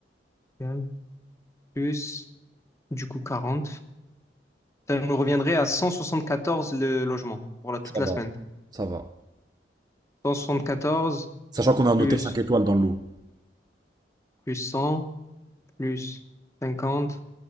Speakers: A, on the left; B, on the right.
A: égale plus, du coup, 40. Ça nous reviendrait à 174 le logement pour la, toute
B: ça
A: la
B: va.
A: semaine.
B: Ça va.
A: 174
B: Sachant qu'on a un
A: plus,
B: hôtel cinq étoiles dans le lot.
A: plus 100, plus 50,